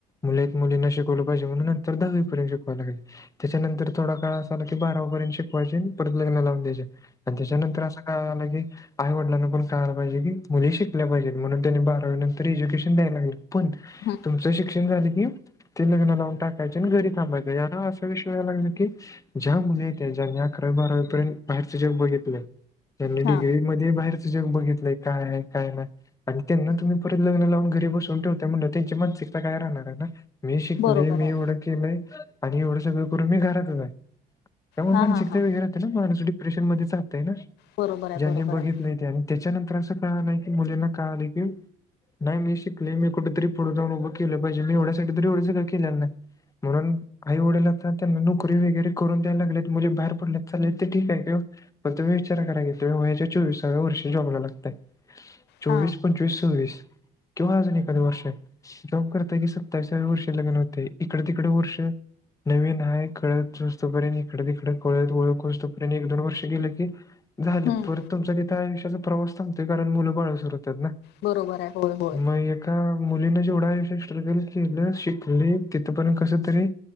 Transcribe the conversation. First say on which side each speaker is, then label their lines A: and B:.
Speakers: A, on the left; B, on the left.
A: मुलेत मुलींना शिकवलं पाहिजे म्हणून नंतर दहावीपर्यंत शिकवाय लागले. त्याच्यानंतर थोडा काळ असा आला की बारावी पर्यंत शिकवायचे परत लग्न लावून द्यायच आणि त्याच्यानंतर असं हा लगी आईवडलांना पाहिजे की मुली शिकल्या पाहिजव म्हणून त्यांनी बारावी नंतर एज्युकेशन द्याय लागल. पण
B: हं
A: तुमचं शिक्षण की ते लग्न लावून टाकायचे आणि घरी थांबायचं असं विषय लागल की. ज्या मुलींना अकरावी बारावी पर्यंत बाहेरच जग बघितले. त्यांनी डिग्री
B: हा
A: मध्ये बाहेरच जग बघितलंय काय आहे काय नाही. आणि त्यांना तुम्ही परत लग्न लावून घरी बसवून ठेवता म्हण त्यांची मानसिक सगळ्या राहणार ना मी एवढा शिकलो
B: बरोबर
A: मी
B: आहे.
A: एवढा केलंय आणि एवढ सगळं करून मी घरातच आहे त्यामुळे
B: हा
A: मानसिकता
B: हा हा
A: वगैरे होते ना. <unintelligible> ऑपरेशन मध्ये जातयना
B: बरोबर आहे
A: ज्यांनी
B: बरोबर
A: बघितलं
B: आहे.
A: त्यांनी. याच्यानंतर असं कळालं की मुलींना कळाले की नाही मी शिकलेली आहे कुठेतरी कुठे पुढे जाऊन उभा. केलं पाहिजे मी एवढा साठी एवढं सगळं केलं नाही. म्हणून आई वडील <unintelligible> री वगैरे करून दाय लागलेत, मुली बाहेर पडल्यात चालेल ते ठीक आहे घ- पण तुम्ही विचार करा की, तुम्ही वया त चोवीस वर्षां ला जॉब लागताय. चोवीस
B: हा
A: पंचवीस सव्वीस केव्हा अजून एखाददी वर्ष आहे. जॉब करताय की सत्तावीसाळी वर्ष लग्न होते इकडे तिकडे वर्ष. नवीन आहे कळत असस्तपर्यंत इकडं तिकडं तिकड कळत ओळखस्तपर्यंत एक दोन वर्ष गेलं की. झालं
B: हम्म
A: परत तुमचा तिथं आयुष्याचा प्रवास थांगतोय कारण मुलं बाळ सुर होतात ना.
B: बरोबर आहे होय होय.
A: मग एका मुलीने जेवढा आयुष्यात स्ट्रगल केलं शिकले तिथपर्यंत कसं तरी.